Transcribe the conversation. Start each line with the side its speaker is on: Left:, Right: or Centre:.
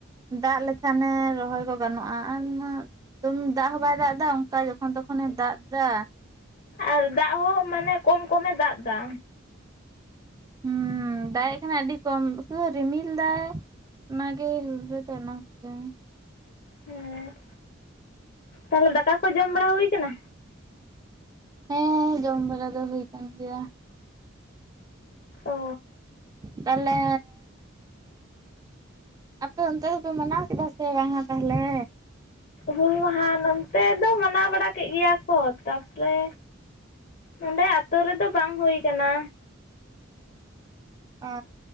Right: ᱫᱟᱜ ᱞᱮᱠᱷᱟᱱᱮ ᱨᱚᱦᱚᱭ ᱠᱚ ᱜᱟᱱᱚᱜᱼᱟ ᱟᱨ ᱚᱱᱟ ᱛᱢ ᱫᱟᱜ ᱦᱚᱸ ᱵᱟᱭ ᱫᱟᱜ ᱮᱫᱟ ᱚᱱᱠᱟ ᱡᱚᱠᱷᱚᱱ ᱛᱚᱠᱷᱚᱱᱮ ᱫᱟᱜ ᱮᱫᱟ
Left: ᱟᱨ ᱫᱟᱜ ᱦᱚᱸ ᱢᱟᱱᱮ ᱠᱚᱢ ᱠᱚᱢᱮ ᱫᱟᱜ ᱮᱫᱟ
Right: ᱦᱮᱸ ᱫᱟᱜ ᱮ ᱠᱟᱱᱟ ᱟᱹᱰᱤ ᱠᱚᱢ ᱩᱫᱟᱹᱨ ᱨᱤᱢᱤᱞ ᱫᱟᱭ ᱚᱱᱟᱜᱮ <unintelligible>
Left: ᱦᱮᱸ ᱛᱟᱦᱚᱞᱮ ᱫᱟᱠᱟ ᱠᱚ ᱡᱚᱢ ᱵᱟᱲᱟ ᱦᱩᱭ ᱠᱟᱱᱟ
Right: ᱦᱮᱸ ᱡᱚᱢ ᱵᱟᱲᱟ ᱫᱚ ᱦᱩᱭ ᱠᱟᱱ ᱜᱮᱭᱟ
Left: ᱚ
Right: ᱛᱟᱦᱚᱞᱮ ᱟᱯᱮ ᱚᱱᱛᱮ ᱫᱚᱯᱮ ᱢᱟᱱᱟᱣ ᱠᱮᱫᱟ ᱥᱮ ᱵᱟᱝᱟ ᱛᱟᱦᱚᱞᱮ
Left: ᱦᱩᱞ ᱢᱟᱦᱟ ᱱᱚᱱᱛᱮ ᱫᱚ ᱢᱟᱱᱟᱣ ᱵᱟᱲᱟ ᱠᱮᱫᱮᱜ ᱜᱮᱭᱟ ᱠᱚ ᱛᱟᱨᱯᱚᱨᱮ ᱱᱚᱸᱰᱮ ᱟᱛᱳ ᱨᱮᱫᱚ ᱵᱟᱝ ᱦᱩᱭ ᱟᱠᱟᱱᱟ
Right: ᱦᱚ